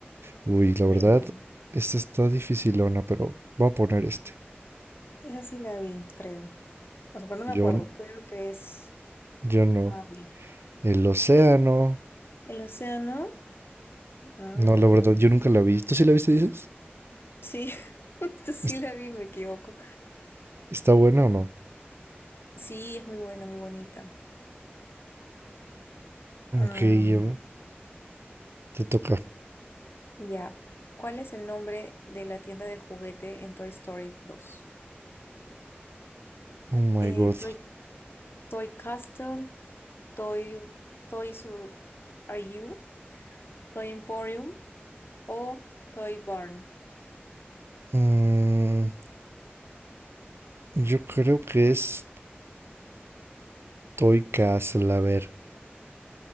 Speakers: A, on the right; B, on the left.
A: Uy, la
B: ya.
A: verdad, esta está dificilona, pero voy a poner este.
B: Esa sí la vi, creo. O sea, pero no me
A: Yo,
B: acuerdo. Creo que es
A: yo no.
B: Maui.
A: El Océano.
B: El océano. Ah,
A: No, la verdad, yo nunca la vi. ¿Tú sí la viste, dices?
B: sí, <laughs> esta sí
A: ¿Es-
B: la vi, me equivoco.
A: ¿Está buena o no?
B: Sí, es muy buena, muy bonita.
A: Ok,
B: Mm,
A: ya te toca.
B: ya. ¿Cuál es el nombre de la tienda de juguete en Toy Story 2?
A: Oh my
B: Eh,
A: god.
B: Toy, Toy Castle, Toy, Toys R Are You, Toy Emporium o Toy Barn.
A: Mm, yo creo que es Toy Castle, a ver.